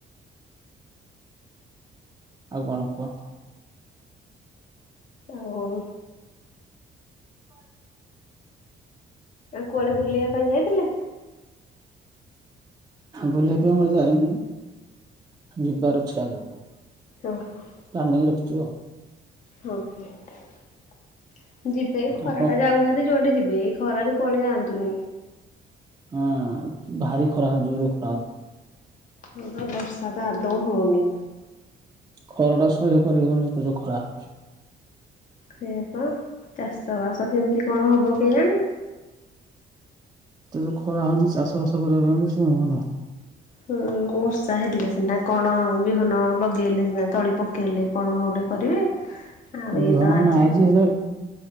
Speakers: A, on the right (about 20°); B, on the left (about 40°).
A: ଆଉ କଣ କୁହନ୍ତୁ।
B: ଆଉ
A: କଲ୍
B: ଆଉ କୁଆଡ଼େ ବୁଲିବା ପାଇଁ ଯାଇଥିଲେ?
A: ବୁଲିତେ ମୁଁ ଯାଇନି ଯିବାର ଅଛି ଆଗୁକୁ।
B: ଅହଁ।
A: ପ୍ଲାନିଂ ରଖିଚୁ ଆଉ।
B: ହଁ ହୋ ଯିବେ ଏଇ ଖରାଟା
A: ଆପଣ
B: ଯାଉ ଭାରି ଯୁଆଡ଼େ ଯିବେ। ଖରାରେ କୁଆଡ଼େ ଯାଆନ୍ତୁନି।
A: ହଁ ଭାରି ଖରା ଜୋରେ ଖରା ହୁ
B: ହଁ ପା ବର୍ଷା ତ ଅଦୌ ହୋଉନି।
A: ଖରାଟା ସହ୍ୟ କରି ହବନି ଏତେ ଯୋଉ ଖରା ହଉଚି।
B: ସେୟା ପା ଚାଷ ବାସ କେମତି କଣ ହବ କେଇଆଣି।
A: ତେ ଯେ ଖରା ହଉଚି ଚାଷ ବାଷ କରିବା ପାଇଁ ସେ ହଉନି।
B: ହୁଁ ବର୍ଷା ହେଲେ ସିନା କଣ ବିହନ ଲଗେଇଲେ ସିନା ତଳି ପକେଇଲେ କଣ ଅଟେ କରିବେ ଆଉ
A: ବିହନ
B: ଏ ତ ଆ
A: ଅଣା
B: ଯାଏଁ
A: ହେଇଛି ହେଲେ